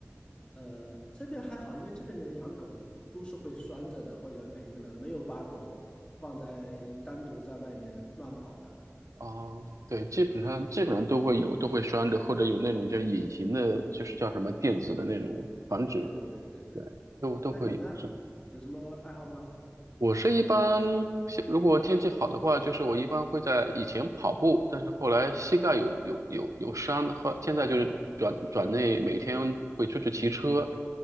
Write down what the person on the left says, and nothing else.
呃，这边还好，因为这边人养狗一都是会拴着的，或者人陪着的，没有把狗放在单独在外面乱跑的。
对对对对对，
那你呢？
有什么爱好吗？
哦。